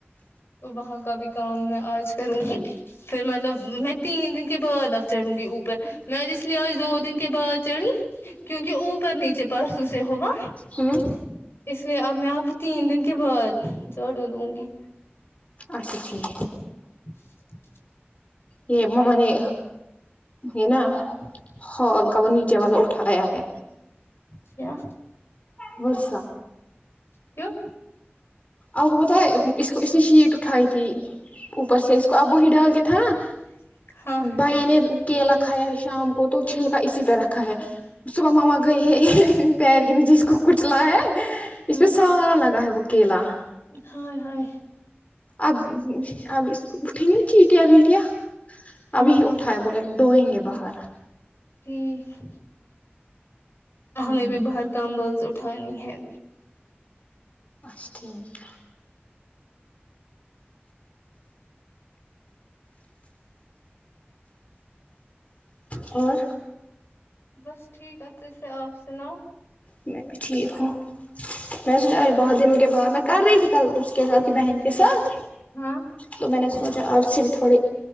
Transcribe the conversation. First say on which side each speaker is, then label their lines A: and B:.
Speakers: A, on the left; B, on the left.
A: وہاں کا بھی کام میں آج کروں گی پھر مطلب میں تین دن کے بعد اب چڑھوں گی اوپر میں آج اس لیے آج دو دن کے بعد چڑھی کیونکہ اوپر نیچے پرسوں سے ہوگا
B: ہوں
A: اس لیے اب میں آپ کو تین دن کے بعد جھاڑو دوں گی
B: اچھا ٹھیک
A: ج
B: یہ ممنی یہ نا ہ کا وہ نیچے والا اٹھایا ہے
A: کیا
B: بورسہ
A: کیوں
B: آپ کو بتا اس کو اس نے شیٹ اٹھائی تھی اوپر سے اس کو اب وہی ڈال کے تھا نا
A: ہاں
B: بھیا نے کیلا کھایا ہے شام کو تو چھلکا اسی پہ رکھا ہے صبح ماما گئے ہے پیر کے نیچے اس کو کچلا ہے
A: ٹھیک
B: اس پہ سارا لگا ہے وہ کیلا
A: ہائے ہائے
B: اب اب اس کو اٹھیں گے چیٹیا ویٹیا ابھی
A: ہاں
B: اٹھایا بولاے ڈوئیں گے باہر
A: امم
B: ہوں
A: ہمیں بھی باہر کام بولز اٹھانی ہے
B: اچھا ٹھیک اور
A: بس ٹھیک آقب بھاںی آپ سناؤ
B: میں ٹھیک ہوں میں نے سوچا آج بہت دنو کے بعد میں کر رہی ہو کل اس کے ساتھ بہن کے ساتھ
A: ہاں
B: تو میں نے سوچا آپ سے بھی تھوڑی